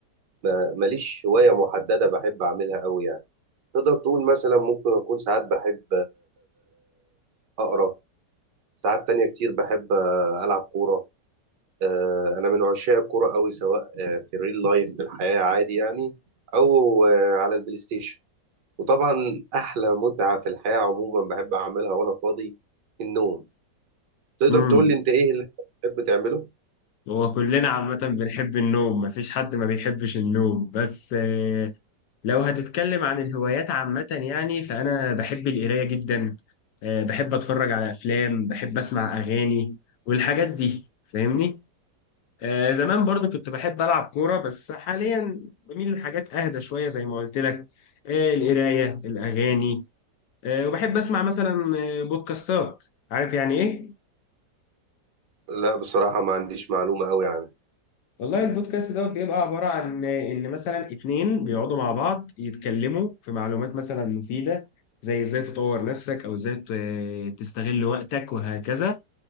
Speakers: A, on the right (about 75°); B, on the left (about 75°).
A: ما- ماليش هواية محددة بحب اعملها قوي يعني تقدر تقول مثلا ممكن اكون ساعات بحب اقرا ساعات تانية كتير بحب العب كورة آه، انا من عشاق الكورة قوي سواء آه، في الريل لايف في الحياة عادي يعني او آه، على البلاي ستيشن وطبعا احلى متعة في الحياة عموما بحب اعملها وانا فاضي النوم تقدر
B: امم
A: تقول لي انت ايه اللي انت بتحب تعمله
B: هو كلنا عامة بنحب النوم مفيش حد ما بيحبش النوم بس آه، لو هتتكلم عن الهوايات عامة يعني فانا بحب القراية جدا آه، بحب اتفرج على افلام بحب اسمع اغاني والحاجات دي فاهمني آه، زمان برضو كنت بحب ألعب كورة بس حاليا بميل لحاجات أهدى شوية زي ما قلت لك آه، القراية الأغاني آه، وبحب أسمع مثلا آه، بودكاستات عارف يعني إيه؟
A: لا بصراحة ما عنديش معلومة قوي عنه
B: والله البودكاست دوت بيبقى عبارة عن آه، إن مثلا اتنين بيقعدوا مع بعض يتكلموا في معلومات مثلا مفيدة زي إزاي تطور نفسك أو إزاي ت- تستغل وقتك وهكذا